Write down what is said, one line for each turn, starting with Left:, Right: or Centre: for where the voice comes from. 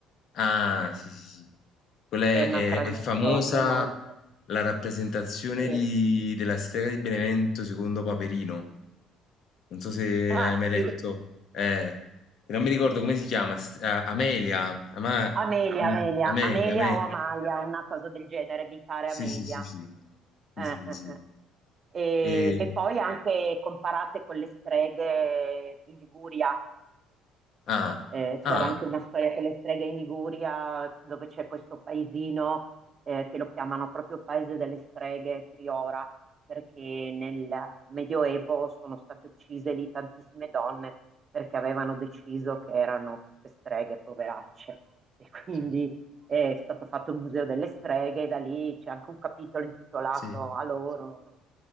Left: Ah, sì, sì, sì. Quella è,
Right: che è una
Left: è-
Right: tradizione
Left: è famosa
Right: molto...
Left: la rappresentazione
Right: sì.
Left: di- della strega di Benevento secondo Paperino. Non so se
Right: Ah
Left: hai mai letto.
Right: sì,
Left: Eh, non mi ricordo come si chiama. st- a- Amelia. Ama-
Right: Amelia,
Left: mi-
Right: Amelia,
Left: Amelia,
Right: Amelia
Left: Amelia.
Right: o Amalia, una cosa del genere, mi pare
Left: Sì,
Right: Amelia.
Left: sì, sì, sì. Sì,
Right: Eh,
Left: sì,
Right: eh,
Left: sì, sì.
Right: eh. E,
Left: E-
Right: e poi anche comparate con le streghe in Liguria,
Left: ah,
Right: eh, Eh, c'era
Left: ah,
Right: anche una storia con le streghe in Liguria, dove c'è questo paesino eh, che lo chiamano proprio Paese delle Streghe, Priora, perché nel Medioevo sono state uccise lì tantissime donne perché avevano deciso che erano tutte streghe, poveracce. E quindi
Left: sì,
Right: eh, è stato fatto il Museo delle Streghe, da lì c'è anche un capitolo intitolato
Left: sì.
Right: a loro.